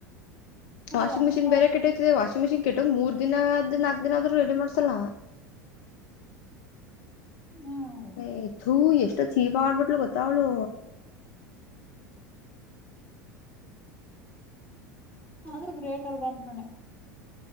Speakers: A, on the left; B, on the left.
A: ವಾಷಿಂಗ್
B: ಯಪ್ಪಾ
A: ಮಿನ್ ಬೇರೆ ಕೆಟ್ಟಯತಿದೆ ವಾಷಿಂಗ್ ಮಷಿನ್ ಕೆಟ್ಟ್ ಮೂರ್ ದಿನದ ನಾಲ್ಕ್ ದಿನ ಆದೂ ರೆಡಿ ಮಾಡ್ಸಲ್ಲ
B: ಹ್ಮ್
A: ನಥೂ ಎಷ್ಟು ಚೀಪ ಆಡ್ಬಿಟ್ಲು ಗೊತ್ತಾವ್ಳು
B: ಆದ್ರೆ ಗ್ರೇಟ್ ಅಲ್ ಬ ಅಂದ್ಕಣೆ